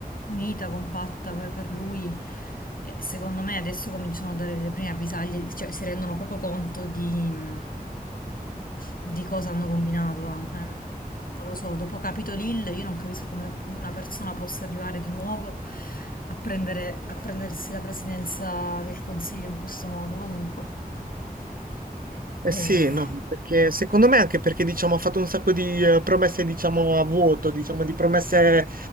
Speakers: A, on the left (about 65°); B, on the right (about 65°).
A: unita, compatta per, per lui. E secondo me adesso cominciano a dare le prime avvisaglie, cioè si rendono proprio conto di, mm, di cosa hanno combinato? eh, Ehm, non lo so, dopo Capitol Hill io non capisco come una persona possa arrivare di nuovo a prendere- a prendersi la presidenza del Consiglio in questo modo. Comunque,
B: Eh
A: eh,
B: sì, no, perché secondo me anche perché diciamo, ha fatto un sacco di eh, promesse diciamo, a vuoto, diciamo, di promesse